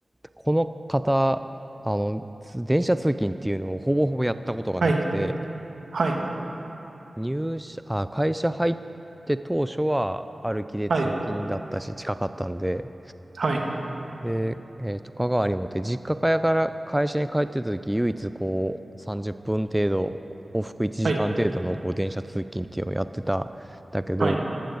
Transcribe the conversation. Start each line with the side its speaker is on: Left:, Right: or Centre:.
Centre: この方、あの、つ電車通勤っていうのをほぼほぼやったことがなくて、
Right: はい。はい。
Centre: 入社、あ、会社入って当初は歩きで通勤だったし、
Right: は
Centre: 近かったんで、
Right: い。
Centre: で、えっと、香川にもって、実家から会社に帰ってた時、唯一こう、30分程度、往復1時間程度のこう、
Right: はい。
Centre: 電車通勤っていうのをやってたんだけど、
Right: はい。